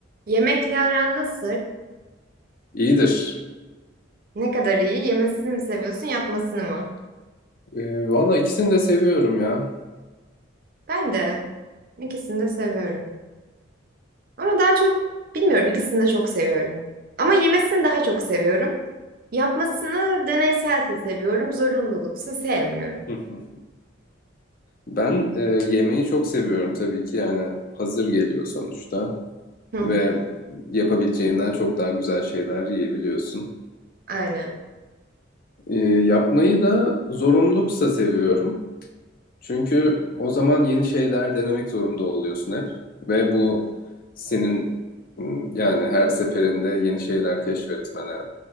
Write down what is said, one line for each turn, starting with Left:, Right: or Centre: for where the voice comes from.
Right: Yemekle aran nasıl?
Left: İyidir.
Right: Ne kadar iyi? Yemesini mi seviyorsun, yapmasını mı?
Left: Ee, valla ikisini de seviyorum ya.
Right: Ben de ikisini de seviyorum. Ama daha çok bilmiyorum, ikisini de çok seviyorum. Ama yemesini daha çok seviyorum. Yapmasını deneyselse seviyorum, zorunluluksa sevmiyorum.
Left: Hı. Ben e, yemeği çok seviyorum tabii ki yani hazır geliyor sonuçta
Right: Hı hı,
Left: ve yapabileceğinden çok daha güzel şeyler yiyebiliyorsun.
Right: Aynen.
Left: Ee, yapmayı da zorunluluksa seviyorum. Çünkü o zaman yeni şeyler denemek zorunda oluyorsun hep ve bu senin m, yani her seferinde yeni şeyler keşfetmene,